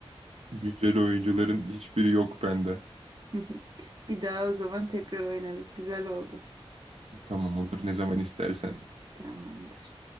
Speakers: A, on the right; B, on the right.
A: Güncel oyuncuların hiçbiri yok bende.
B: <laughs> Bir daha o zaman tekrar oynarız. Güzel oldu.
A: Tamam olur ne zaman istersen.
B: Tamamdır.